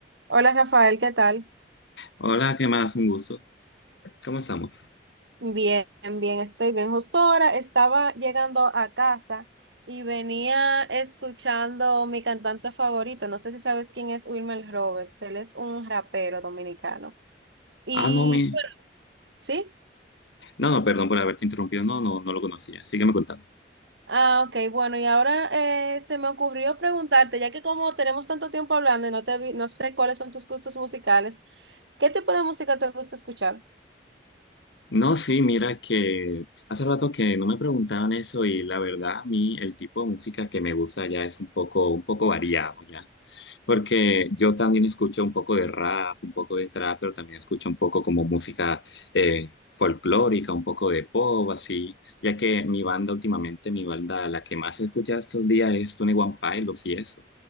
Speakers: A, on the right; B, on the left.
A: Hola Rafael, ¿qué tal?
B: Hola, ¿qué más? Un gusto. ¿Cómo estamos?
A: Bien, bien, estoy bien. Justo ahora estaba llegando a casa y venía escuchando mi cantante favorito. No sé si sabes quién es Wilmer Roberts. Él es un rapero dominicano. Y
B: Ah, no, mi...
A: sí,
B: No, no, perdón por haberte interrumpido. No, no, no lo conocía. Sígueme contando.
A: ah, ok, bueno, y ahora eh, se me ocurrió preguntarte, ya que como tenemos tanto tiempo hablando y no te vi- no sé cuáles son tus gustos musicales, ¿qué tipo de música te gusta escuchar?
B: No, sí, mira que hace rato que no me preguntaban eso y la verdad a mí el tipo de música que me gusta ya es un poco, un poco variado ya, porque yo también escucho un poco de rap, un poco de trap, pero también escucho un poco como música eh, folclórica, un poco de pop, así, ya que mi banda últimamente, mi banda, la que más he escuchado estos días es Tony One Pilots y eso.